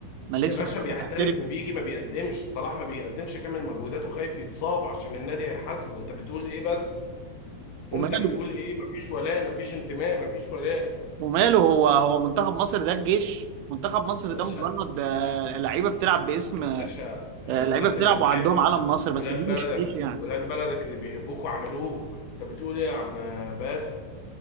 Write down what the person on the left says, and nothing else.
يا باشا بيحترف
وبيجي ما بيقدمش صلاح ما بيقدمش كامل مجهوداته خايف يتصاب عشان النادي هيحاسبه انت بتقول ايه بس انت
بتقول ايه مفيش ولاء مفيش انتماء مفيش ولاء
باشا
باشا آه،
والناس
اللي بتحبك
ولاد
بلدك
ولاد بلدك اللي بيحبوك وعملوك انت بتقول ايه يا عم باسم